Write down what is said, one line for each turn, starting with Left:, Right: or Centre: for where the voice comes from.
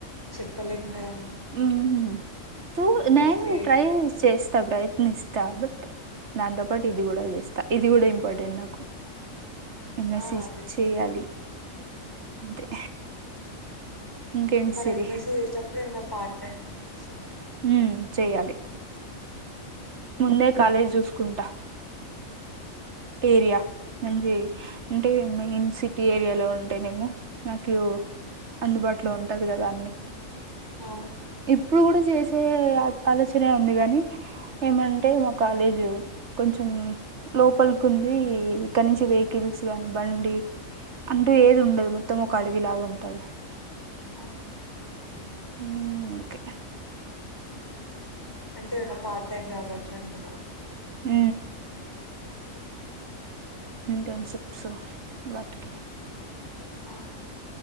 Left: చెప్పలేమ్ గదా.
Right: ఉమ్ టు నేన్
Left: ఫేట్
Right: ట్రై చేస్తా, ప్రయత్నిస్తా బట్ దాంతో పాటు ఇది గుడా జేస్తా, ఇది గుడా ఇంపార్టెంట్ నాకు. ఎం ఎస్సి
Left: ఆ అదేలే
Right: చేయ్యాలి అంతే. ఇంకేంటి
Left: మరి
Right: సిరి
Left: ఎం ఎస్సి చేసేటప్పుడు ఏమైనా పార్ట్ టైమ్ జెస్కోవే.
Right: హుమ్మ్ చెయ్యాలి. ముందే కాలేజ్ జుసుకుంటా. ఏరియా. మంచి, అంటే మెయిన్ సిటీ ఏరియాలో ఉంటేనేమో నాకు అందుబాటులో ఉంటది కదా అన్ని.
Left: అవును
Right: ఇప్పుడ్ గుడా చేసే ఆ ఆలోచనే ఉంది గని. ఏమంటే మా కాలేజు, కొంచెం లోపల్ కుంది ఇక్కడ నుంచి వెహికల్స్ గాని బండి అంటూ ఏది ఉండదు మొత్తం ఒక అడవిలాగా ఉంటది.
Left: అవు
Right: ఉ ఓకే
Left: అంటే ఏన్న పార్ట్ టైం జాబ్ అట్ల అంటున్నావ్?
Right: అ ఇంటర్న్షిప్స్ వాటికి
Left: ఆ